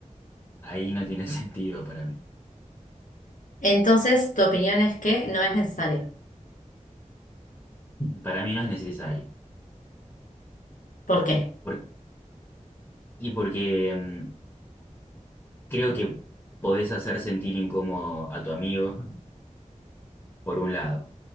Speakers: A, on the left; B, on the left.
A: ahí no tiene <laughs> sentido para mí.
B: entonces tu opinión es que no es necesario.
A: Para mí no es necesario.
B: ¿Por qué?
A: Por- y porque mm, creo que podés hacer sentir incómodo a tu amigo, por un lado.